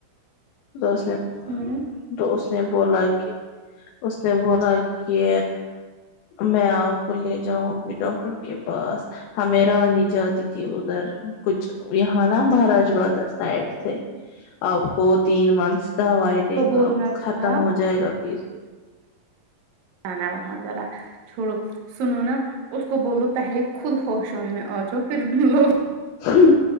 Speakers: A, on the left; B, on the right.
A: تو اس نے
B: ہوں
A: دو اس نے بولا کہ اس نے بولا کہ میں آپ کو لے جاؤں گی ڈاکٹر کے پاس ہمیں رانی جاتی تھی ادھر کچھ یہاں نا مہاراج بازر سائڈ سے آپ کو تین منتھس دوائی دے گا
B: بولنا
A: کو ختم
B: تھا
A: ہو جائے گا پیس
B: وہاں ہاں ذرا چھوڑو سنو نا اس کو بولو پہلے خود ہوشوں میں آ جا پھر لوگ
A: ہوں